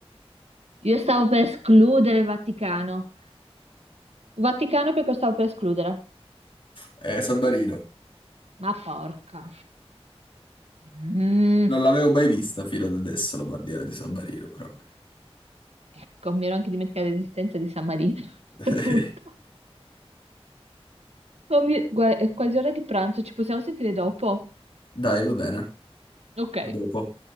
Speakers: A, on the right; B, on the left.
A: Io stavo per escludere il Vaticano, Vaticano perché lo stavo per escludere.
B: Eh, San Marino.
A: ma porca. Mm.
B: Non l'avevo mai vista fino ad adesso la bandiera di San Marino, però.
A: Ecco, mi ero anche dimenticata l'esistenza di San Marino. <laughs>
B: <laughs>
A: Appunto. Ma mi- gua- è quasi ora di pranzo, ci possiamo sentire dopo?
B: Dai, va bene. A
A: Ok.
B: dopo.